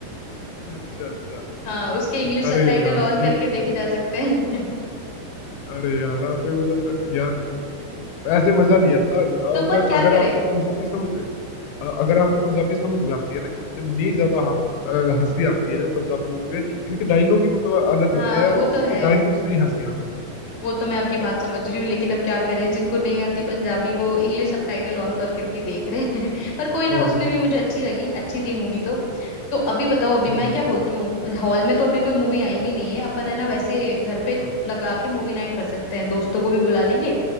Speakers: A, on the left; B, on the left.
A: अच्छा अच्छा
B: <laughs> हाँ उसके इंग्लिश सबटाइटल
A: अरे यार
B: ऑन करके
A: ये भी
B: देखे जा सकते हैं <laughs>
A: अरे यार आपने मतलब यार ऐसे मजा नहीं आता
B: तो
A: अब
B: पर क्या
A: अगर
B: करे
A: आपको पंजाबी समझ अ- अगर आपको पंजाबी समझ में आती है ना इतनी ज्यादा ह- अ, हंसी आती है ना पंजाबी मूवी में इनके डायलॉग ही मतलब अलग
B: हाँ
A: होते हैं यार
B: वो तो
A: इसके
B: है
A: डायलॉग से ही हंसी आ जाती है
B: वो तो मैं आपकी बात समझ रही हूँ लेकिन अब क्या करें जिनको नहीं आती पंजाबी वो इंग्लिश सबटाइटल ऑन कर करके देख रहे हैं <laughs> पर कोई ना
A: हाँ
B: उसमें
A: हाँ
B: भी मुझे अच्छी लगी अच्छी थी मूवी तो तो अभी बताओ अभी
A: हम्म
B: मैं क्या बोलती हूँ हॉल में तो अभी कोई मूवी
A: हम्म,
B: आई भी नहीं है अपन है ना वैसे घर पे
A: हाँ।
B: लगा के मूवी नाइट कर सकते हैं दोस्तों को भी बुला लेंगे